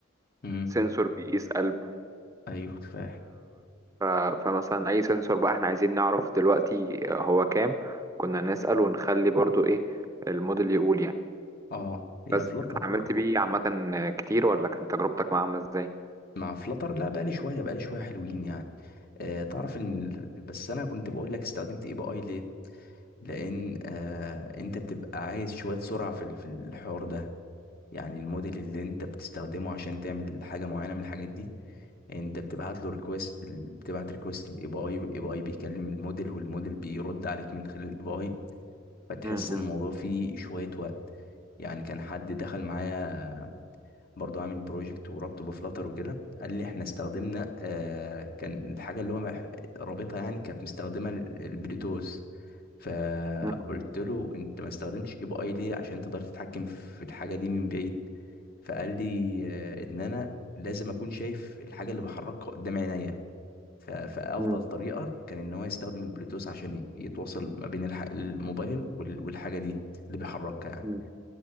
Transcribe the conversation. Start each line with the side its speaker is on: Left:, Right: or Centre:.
Left: امم
Right: سنسور بيقيس قلب
Left: ايوه فاهم
Right: ف- فمثلا اي سنسور بقى احنا عايزين نعرف دلوقتي هو كام كنا نسأل ونخلي برضو ايه الموديل يقول يعني
Left: اه هي
Right: بس
Left: فلتر
Right: اتعاملت بيه عامة كتير ولا كانت تجربتك معاه عاملة ازاي؟
Left: مع فلتر لا بقى لي شويه بقى لي شويه حلوين يعني آه تعرف ان ال- بس انا كنت بقول لك استخدمت ايه بقى اي ليه لان آه انت بتبقى عايز شويه سرعه في ال- في الحوار ده يعني الموديل اللي انت بتستخدمه عشان تعمل حاجه معينه من الحاجات دي انت بتبعت له ريكويست بتبعت ريكويست للاي بي اي والاي بي اي بيكلم الموديل والموديل بيرد عليك من خلال الاي بي اي فتحس
Right: مم، مم،
Left: الموضوع فيه شويه وقت يعني كان حد دخل معايا برضو عامل بروجكت وربطه بفلاتر وكده قال لي احنا استخدمنا آه كان الحاجه اللي هو مح- رابطها يعني كانت مستخدمه ال- البلوتوث فقلت
Right: مم،
Left: له انت ما استخدمتش اي بي اي ليه عشان تقدر تتحكم في الحاجه دي من بعيد فقال لي آه ان انا لازم اكون شايف الحاجه اللي بحركها قدام عينيا ف- فافضل
Right: مم،
Left: طريقه كان ان هو يستخدم البلوتوث عشان ي- يتواصل ما بين الح- الموبايل وال- والحاجه دي اللي بيحركها يعني
Right: مم.